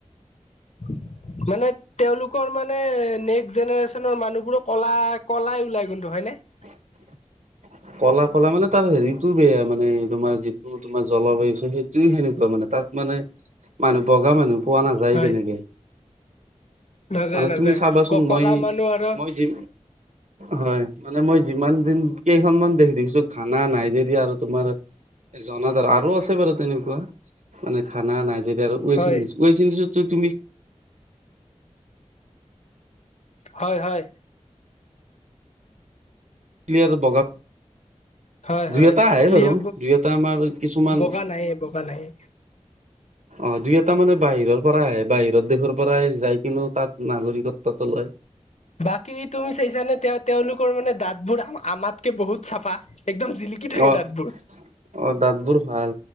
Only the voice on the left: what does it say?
<inaudible> মানে তেওঁওলোকৰ মানে নেক্সট জেনেৰেচনৰ মানুহবোৰো কলা কলাই ওলাই কন্তু হয় নে? <unintelligible>
হয়
নাযায়
নাযায়
ক কলা
মানুহ আৰু
হয়
হয় হয়।
হয়
হয়
ক্লিয়
ব-বগা নায়ে বগা নায়ে।
বাকী তুমি চাইছানে তেওঁ-তেওঁলোকৰ মানে দাঁতবোৰ আমাতকে বহুত চাফা। একদম জিলিকি থাকে
দাঁতবোৰ।